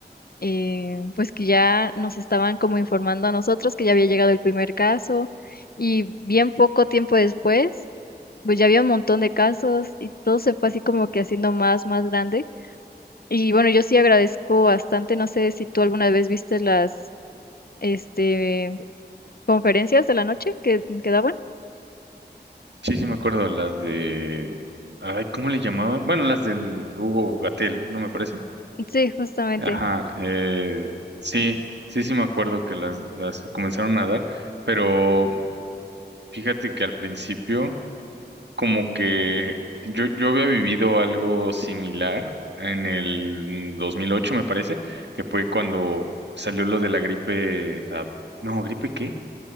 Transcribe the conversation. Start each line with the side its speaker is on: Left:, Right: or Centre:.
Left: eh, pues que ya nos estaban como informando a nosotros que ya había llegado el primer caso y bien poco tiempo después, pues ya había un montón de casos y todo se fue así como que haciendo más, más grande. Y bueno, yo sí agradezco bastante, no sé si tú alguna vez viste las este conferencias de la noche que, que daban.
Right: Sí, sí me acuerdo, las de... Ay, ¿cómo le llamaban? Bueno, las del Hugo Gatel, ¿no me parece?
Left: Sí, justamente.
Right: Ajá, eh, sí, sí, sí me acuerdo que las, las comenzaron a dar, pero fíjate que al principio... como que yo, yo había vivido algo similar en el 2008 me parece, que fue cuando salió lo de la gripe, ah, no, ¿gripe qué?